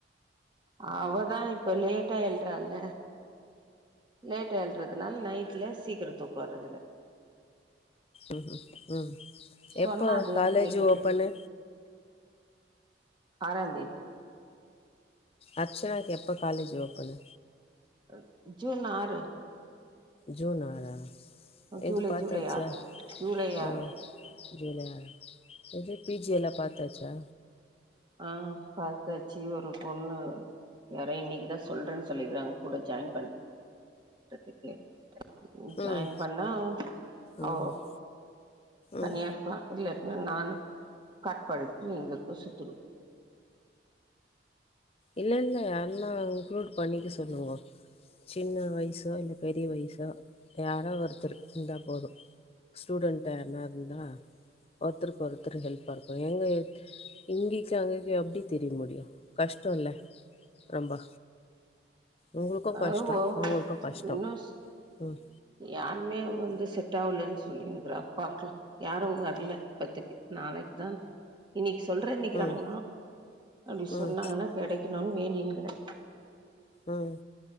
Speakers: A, on the right (about 25°); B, on the left (about 30°).
A: அ அவதா இப்ப லேட்டா எழ்றால லேட்டா எழ்றதுனால நைட்ல சீக்கிரோ தூக்கோ வர்றதுல
B: ம்ஹூ ம்
A: சொன்னா
B: எப்போ
A: அது
B: காலேஜி
A: ஏ கேக்குது
B: ஓப்பனு
A: ஆறாந்தேதி
B: அர்ச்சனாக்கு எப்போ காலேஜ் ஓப்பனு
A: அ ஜுன் ஆறு
B: ஜூன் ஆறா
A: ஜூலை
B: எது பாத்தாச்சா
A: ஜூலை ஆறு ஜூலை ஆறு
B: ஓ வேல எது பி ஜி எலா பாத்தாச்சா
A: ஆ பாத்தாச் சு ஒரு பொண்ணு யாரோ இன்னைக்குதா சொல்றேன் சொல்லிக்கிறாங்க கூட ஜாயின் பண்ற துக்கு ஜாயின்
B: ம்
A: பண்ணா
B: ம்
A: ஓ
B: ம்
A: தனியா
B: ம்
A: இருக்ளா இல்ல நானு காட்பாடிக்கு இங்கக்கு சுத்துரோ
B: இல்ல இல்ல யாருன்னா இன்க்ளூட் பண்ணிக்க சொல்லுங்கோ சின்ன வயசோ இல்ல பெரிய வயசோ யாரோ ஒருத்தர் இருந்தா போது ஸ்டூடண்டா யாருன்னா இருந்தா ஒருத்தருக்கு ஒருத்தரு ஹெல்ப்பா இருக்கு எங்க இங்கைக்கு அங்கைக்கு எப்டி திரிய முடியு கஷ் டோல்ல ரொம்பா உங்களுக்கு கஷ்டோ
A: அது ஓ
B: அவங்களுக்கு கஷ்டோ
A: இன்னு
B: ம்
A: யாருமே வந்து செட் ஆவலன் சொல்லினுகிறா பாக்லா யாரு வர்ல பத்துக்கு நாளைக்கு தா இன்னைக்கு சொல்றேனிக்குறாங்களா
B: ம்
A: அப்டி
B: ம்
A: சொன்னாங்கன்னா கெடக்கணுன் வேண்டின்கிறே
B: ம்